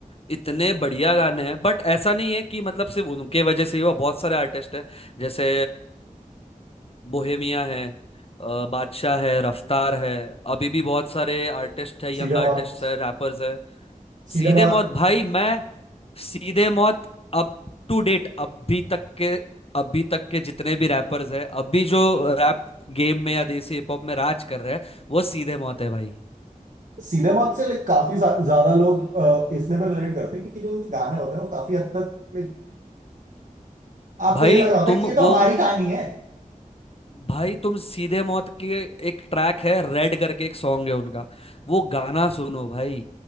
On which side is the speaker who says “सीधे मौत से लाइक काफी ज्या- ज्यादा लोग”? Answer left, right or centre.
Right